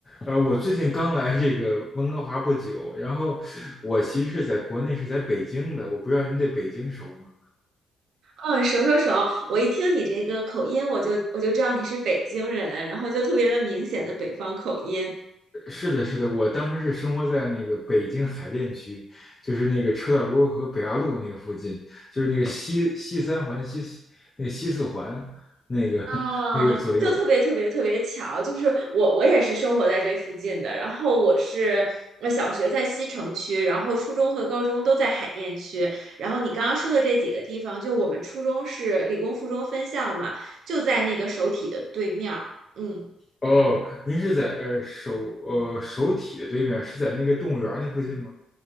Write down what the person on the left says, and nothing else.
呃，我最近刚来这个温哥华不久，然后我其实是在国内是在北京的，我不知道您对北京熟吗？
呃是的，是的，我当时是生活在那个北京海淀区，就是那个车道沟和北八路那个附近，就是那个西西三环西四那个西四环那个
<laughs> 那个左右。
哦，您是在呃首呃首体的对面，是在那个动物园那附近吗？